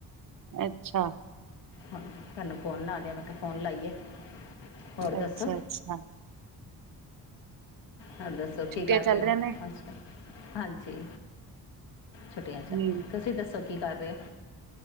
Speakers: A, on the right; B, on the left.
A: ਅੱਛਾ,
B: ਹਾਂ ਤੈਨੂੰ ਫੋਨ ਲਾ ਲਿਆ ਮੈਂ ਕਿਹਾ ਫੋਨ ਲਾਈਏ। ਹੋਰ
A: ਅੱਛਾ-ਅੱਛਾ,
B: ਦੱਸੋ ਹੋਰ ਦੱਸੋ ਕੀ
A: ਛੁੱਟੀਆਂ
B: ਕਰ ਰਹੇ
A: ਚੱਲ
B: ਹੋ?
A: ਰਹੀਆਂ ਨੇ,
B: ਅ ਹਾਂਜੀ ਛੁੱਟੀਆਂ ਚ,
A: ਹਮ
B: ਤੁਸੀਂ ਦੱਸੋ? ਕੀ ਕਰ ਰਹੇ ਹੋ?